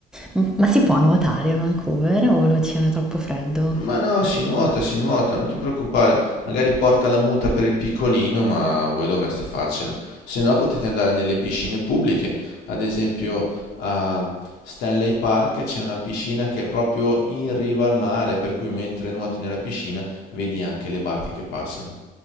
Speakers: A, in the centre; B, on the left.
A: M- Ma si può nuotare a Vancouver o l'oceano è troppo freddo?
B: Ma no, si nuota, si nuota, non ti preoccupare. Magari porta la muta per il piccolino, ma voi dovreste farcela. Se no potete andare nelle piscine pubbliche. Ad esempio a Stanley Park c'è una piscina che è proprio in riva al mare, per cui mentre nuoti nella piscina vedi anche le barche che passano.